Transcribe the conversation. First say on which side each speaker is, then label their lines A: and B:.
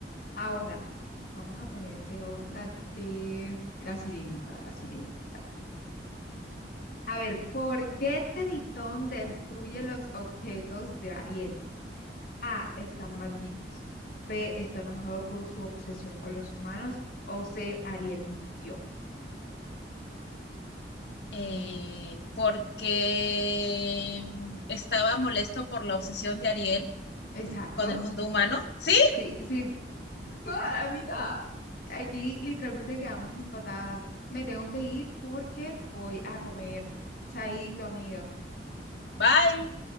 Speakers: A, on the left (about 60°); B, on the left (about 75°).
A: Ahora, vamos a ponerte otra de la sirenita, de la sirenita. A ver, ¿por qué Tritón destruye los objetos de Ariel? A, están malditos. B, está enojado por su obsesión con los humanos. O C, Ariel mintió.
B: eh, porque estaba molesto por la obsesión de Ariel
A: Exacto.
B: con el mundo humano. ¿Sí?
A: Sí, sí, Ah, Amiga, aquí literalmente quedamos empatadas. Me tengo que ir porque voy a comer. Chaito, amiga.
B: Bye.